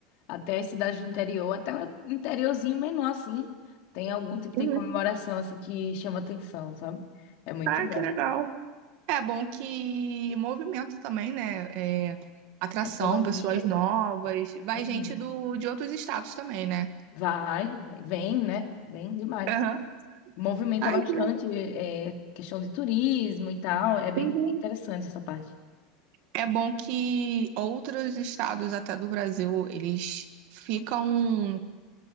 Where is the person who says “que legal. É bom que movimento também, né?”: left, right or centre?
Right